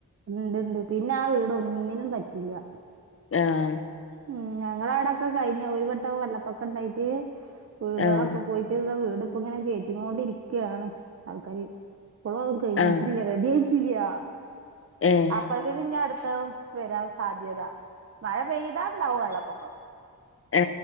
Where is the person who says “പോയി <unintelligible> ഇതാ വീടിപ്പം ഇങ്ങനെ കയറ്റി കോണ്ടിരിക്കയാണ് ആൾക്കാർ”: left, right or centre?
Right